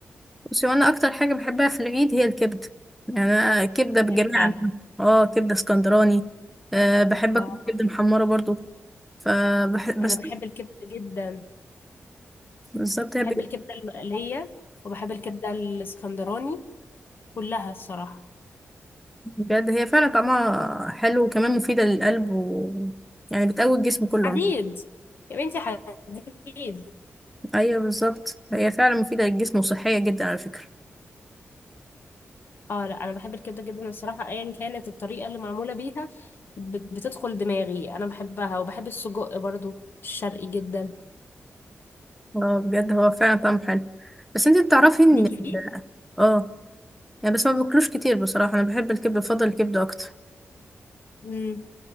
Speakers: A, in the centre; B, on the left.
A: بصي وانا اكتر حاجه بحبها في العيد هي الكبده يعني أنا كبده بجميع
B: كبدة
A: انواعها اه كبده اسكندراني أه بحب
B: اه
A: اكل كبده محمره برضو فبح... بس
B: انا بحب الكبدة جدا
A: بالظبط هي
B: بحب
A: بج-
B: الكبدة المقلية وبحب الكبدة الاسكندراني كلها الصراحة
A: بجد هي فعلا طعمها حلو وكمان مفيده للقلب و... يعني بتقوي الجسم كله
B: حديد
A: عموما
B: يا بنتي حديد
A: ايوه بالظبط هي فعلا مفيده للجسم وصحيه جدا على فكره
B: اه لا انا بحب الكبدة جدا الصراحة ايا كانت الطريقة اللي معمولة بيها بت- بتدخل دماغي انا بحبها وبحب السجق برضو الشرقي جدا
A: اه بجد هو فعلا طعمه حلو بس انت بتعرفي ان
B: ليكي فيه؟
A: اه يعني بس ما باكلوش كتير بصراحه انا بحب الكبده بفضل الكبده اكتر
B: مم.